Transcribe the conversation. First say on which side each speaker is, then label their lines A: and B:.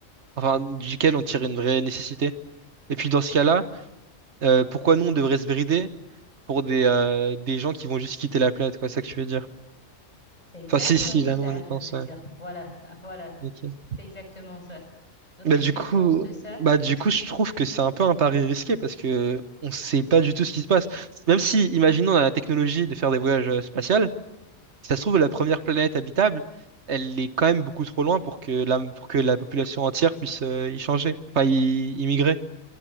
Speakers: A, on the right (about 55°); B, on the left (about 30°).
A: enfin, duquel on tire une vraie nécessité. Et puis, dans ce cas-là, euh, pourquoi nous, on devrait se brider pour des, euh, des gens qui vont juste quitter la planète, quoi, c'est ça que tu veux dire.
B: C'est exactement
A: Enfin, si, si,
B: ce
A: là,
B: que ça,
A: on y
B: je
A: pense,
B: veux
A: ouais.
B: dire. Voilà, <laughs> voilà,
A: Ok.
B: c'est exactement ça. Donc,
A: Bah,
B: qu'est-ce
A: du
B: que
A: coup,
B: tu penses de ça?
A: bah, du coup, je trouve que c'est un peu un pari risqué parce que on sait pas du tout ce qui se passe. Même si, imaginons, on a la technologie de faire des voyages euh, spatiaux, Si ça se trouve, la première planète habitable, elle est quand même beaucoup trop loin pour que la, pour que la population entière puisse euh, y changer, enfin y, y migrer.